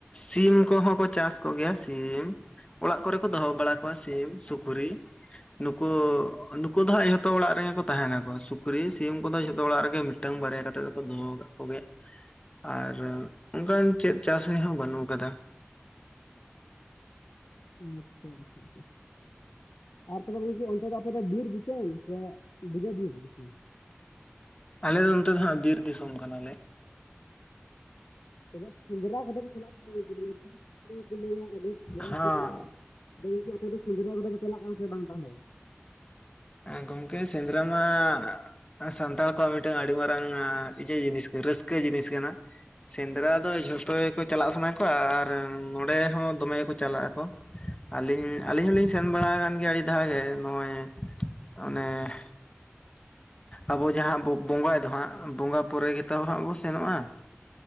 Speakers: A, on the left (about 25°); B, on the left (about 80°).
A: ᱥᱤᱢ ᱠᱚᱦᱚᱸ ᱠᱚ ᱪᱟᱥ ᱠᱚ ᱜᱮᱭᱟ ᱥᱤᱢ ᱾ ᱚᱲᱟᱜ ᱠᱚᱨᱮ ᱠᱚ ᱫᱚᱦᱚ ᱵᱟᱲᱟ ᱠᱚᱣᱟ ᱥᱤᱢ ᱥᱩᱠᱨᱤ ᱱᱩᱠᱩ ᱱᱩᱠᱩ ᱫᱚ ᱦᱟᱸᱜ ᱡᱚᱛᱚ ᱚᱲᱟᱜ ᱨᱮᱜᱮ ᱠᱚ ᱛᱟᱦᱮᱱᱟ ᱠᱚ ᱥᱩᱠᱨᱤ ᱥᱤᱢ ᱠᱩᱫᱚ ᱡᱷᱚᱛᱚ ᱚᱲᱟᱜ ᱨᱮᱜᱮ ᱢᱤᱫᱴᱟᱝ ᱵᱟᱨᱭᱟ ᱠᱟᱛᱮᱜ ᱫᱚᱠᱚ ᱫᱚᱦᱚᱣ ᱠᱟᱜ ᱠᱚ ᱜᱮ ᱟᱨ ᱚᱱᱠᱟᱱ ᱪᱮᱫ ᱪᱟᱥ ᱦᱚᱸ ᱵᱟᱱᱩᱜ ᱠᱟᱫᱟ ᱾
B: ᱟᱪᱪᱷᱟ, ᱟᱪᱪᱷᱟ ᱟᱪᱪᱷᱟ ᱟᱨ ᱛᱚᱵᱮ ᱜᱚᱝᱠᱮ ᱚᱱᱛᱮ ᱫᱚ ᱟᱯᱮ ᱫᱚ ᱵᱤᱨ ᱫᱤᱥᱟᱢ ᱥᱮ ᱥᱮ ᱵᱤᱱᱟ ᱵᱤᱨ ᱫᱤᱥᱚᱢ ᱾
A: ᱟᱞᱮ ᱫᱚ ᱱᱚᱛᱮ ᱫᱚ ᱦᱟᱸᱜ ᱵᱤᱨ ᱫᱤᱥᱚᱢ ᱠᱟᱱᱟ ᱞᱮ ᱾
B: ᱛᱚᱵᱮ ᱥᱮᱸᱫᱽᱨᱟ ᱠᱚᱫᱚ ᱠᱩ ᱪᱟᱞᱟᱜ ᱠᱩ ᱩᱱᱠᱩ ᱫᱚ ᱚᱱᱮ ᱟᱫᱚ ᱠᱩ ᱞᱟᱹᱭᱟ ᱦᱟᱸᱰᱮ ᱥᱮᱸᱫᱽᱨᱟ
A: ᱦᱟᱸ
B: ᱦᱚᱸ ᱠᱩ ᱪᱟᱞᱟᱜ-ᱟ᱾ ᱟᱫᱚ ᱜᱚᱝᱠᱮ ᱟᱯᱮ ᱫᱚ ᱥᱮᱸᱫᱽᱨᱟ ᱠᱚᱫᱚ ᱯᱮ ᱪᱟᱞᱟᱜ-ᱟ ᱥᱮ ᱵᱟᱝ ᱛᱟᱦᱚᱞᱮ?
A: ᱦᱮᱸ ᱜᱚᱝᱠᱮ ᱥᱮᱸᱫᱽᱨᱟ ᱢᱟ ᱚ ᱥᱟᱱᱛᱟᱲ ᱠᱚᱣᱟᱜ ᱢᱤᱫᱴᱮᱱ ᱟᱹᱰᱤ ᱢᱟᱨᱟᱝ ᱤᱭᱟᱹ ᱡᱤᱱᱤᱥ ᱠᱟᱹ ᱨᱟᱹᱥᱠᱟᱹ ᱡᱤᱱᱤᱥ ᱠᱟᱱᱟ ᱾ ᱥᱮᱸᱫᱽᱨᱟ ᱫᱚ ᱡᱷᱚᱛᱚ ᱜᱮᱠᱚ ᱪᱟᱞᱟᱜ ᱥᱟᱱᱟ ᱠᱚᱣᱟ, ᱟᱨ ᱱᱚᱸᱰᱮ ᱦᱚᱸ ᱫᱚᱢᱮ ᱜᱮᱠᱚ ᱪᱟᱞᱟᱜ-ᱟ ᱠᱚ ᱾ ᱟᱹᱞᱤᱧ ᱟᱹᱞᱤᱧ ᱦᱚᱸᱞᱤᱧ ᱥᱮᱱ ᱵᱟᱲᱟᱣ ᱠᱟᱱ ᱜᱮᱭᱟ ᱟᱹᱰᱤ ᱫᱷᱟᱣ ᱜᱮ ᱱᱚᱜᱼᱚᱭ ᱚᱱᱮ ᱟᱵᱚ ᱡᱟᱦᱟᱸ ᱵᱚ ᱵᱚᱸᱜᱟᱭ ᱫᱚ ᱦᱟᱸᱜ ᱵᱚᱸᱜᱟ ᱯᱚᱨᱮ ᱜᱮᱛᱚ ᱦᱟᱸᱜ ᱵᱚ ᱥᱮᱱᱚᱜᱼᱟ ᱾